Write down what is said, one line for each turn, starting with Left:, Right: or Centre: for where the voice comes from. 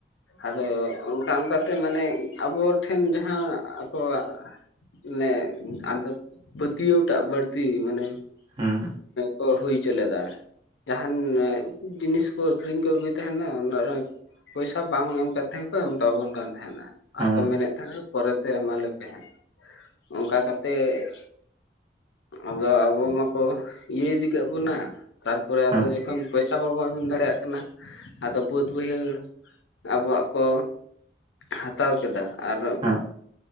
Left: ᱟᱫᱚ ᱚᱱ ᱚᱝᱠᱟ ᱚᱝᱠᱟᱛᱮ ᱢᱟᱱᱮ ᱟᱵᱚᱨ ᱴᱷᱮᱱ ᱡᱟᱦᱟᱸ ᱟᱠᱚᱣᱟᱜ ᱱᱮ ᱟᱫᱚ ᱯᱟᱹᱛᱤᱭᱟᱹᱣ ᱴᱟᱜ ᱵᱟᱹᱲᱛᱤ ᱢᱟᱱᱮ
Right: ᱦᱮᱸ
Left: ᱠᱚ ᱦᱩᱭ ᱦᱚᱪᱚ ᱞᱮᱫᱟ ᱡᱟᱦᱟᱱ ᱡᱤᱱᱤᱥ ᱠᱚ ᱟᱹᱠᱷᱨᱤᱧ ᱠᱚ ᱟᱹᱜᱩᱭ ᱛᱟᱦᱮᱱᱟ ᱚᱱᱟ ᱨᱮᱦᱚᱸ ᱯᱚᱭᱥᱟ ᱵᱟᱝ ᱮᱢ ᱠᱟᱛᱮ ᱦᱚᱠᱚ ᱮᱢ ᱦᱚᱴᱚᱣᱟᱵᱚᱱ ᱠᱟᱱ ᱛᱟᱦᱮᱸᱱᱟ
Right: ᱦᱮᱸ
Left: ᱟᱨᱠᱚ ᱢᱮᱱᱮᱫ ᱛᱟᱦᱚᱞᱮ ᱯᱚᱨᱮᱛᱮ ᱮᱢᱟᱞᱮᱯᱮ ᱦᱟᱸᱜ ᱚᱱᱠᱟ ᱠᱟᱛᱮᱜ ᱟᱫᱚ ᱟᱵᱚ ᱢᱟᱠᱚ ᱤᱭᱟᱹ ᱤᱫᱤ ᱠᱮᱜ ᱵᱚᱱᱟ ᱠᱟᱨᱯᱚᱨᱮ ᱟᱫᱚ
Right: ᱦᱮᱸ
Left: ᱡᱚᱠᱷᱚᱱ <unintelligible> ᱴᱟ ᱵᱟᱵᱚᱱ ᱮᱢ ᱫᱟᱲᱮᱭᱟᱜ ᱠᱟᱱᱟ ᱟᱫᱚ ᱵᱟᱹᱫ ᱵᱟᱹᱭᱦᱟᱹᱲ ᱟᱵᱚᱣᱟᱜ ᱠᱚ ᱦᱟᱛᱟᱣ ᱠᱮᱫᱟ ᱟᱨ
Right: ᱦᱩᱸ